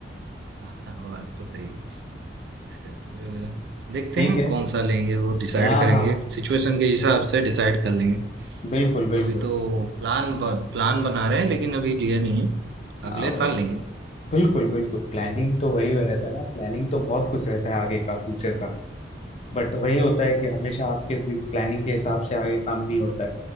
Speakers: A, on the right; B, on the left.
A: हाँ, हाँ, बात तो सही है अ, देखते
B: ठीक
A: हैं
B: है
A: कौन सा लेंगे वो डिसाइड
B: हाँ
A: करेंगे
B: हाँ
A: सिचुएशन के हिसाब से डिसाइड कर लेंगे
B: बिल्कुल बिल्कुल
A: अभी तो प्लान प्लान बना रहे हैं लेकिन अभी लिया नहीं है
B: हाँ
A: अगले
B: वही
A: साल लेंगे
B: बिल्कुल बिल्कुल प्लानिंग तो वही रहता है ना प्लानिंग तो बहुत कुछ रहता है आगे का फ्यूचर का बट वही होता है कि हमेशा आपके प्लानिंग के हिसाब से आगे काम नहीं होता है